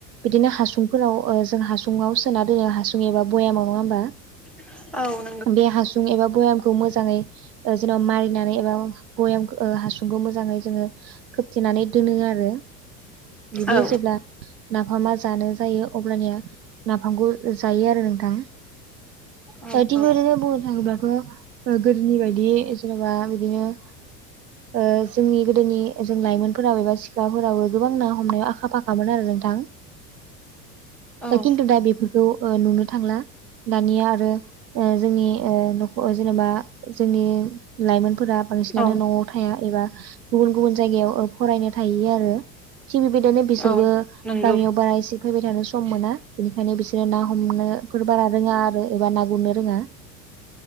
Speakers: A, on the right; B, in the centre.
A: बिदिनो हासुंफोराव ओ जों हासुङाव सोना दोनो हासुं एबा बयामाव नङा होमबा।
B: औ।
A: बे हासुं एबा भयामखौ मोजाङै ओ जेन'बा मारिनानै एबा भयाम ओ हासुंखौ मोजाङै जोङो खोबथेनानै दोनो आरो। बिदिनो
B: औ
A: जेब्ला नाफामा जानो जायो अब्लानिया नाफामखौ जायो आरो नोंथां।
B: औ
A: ओ थिग
B: औ
A: बेबायदिनो बुंनो थाङोब्लाथ' ओ गोदोनि बायदि जेन'बा बिदिनो ओ जोंनि गोदोनि जों लाइमोन फोराव एबा सिखाफोरावबो गोबां ना हमनायाव आखा-फाखामोन आरो नोंथां।
B: औ
A: खिन्थु दा बेफोरखौ ओ नुनो थांला दानिया आरो ओ जोंनि ओ न'खर जेनेबा जोंनि लाइमोनफोरा बांसिनानो
B: औ
A: न'आव थाया एबा गुबुन गुबुन जायगायाव ओ फरायनो थायो आरो। थि बेबायदिनो बिसोरबो
B: औ नंगौ
A: गामियाव बारा एसे फैबाय थानो स सम मोना बेनिखायनो बिसोरो ना हमनोफोर बारा रोङा आरो एबा ना गुरनो रोङा।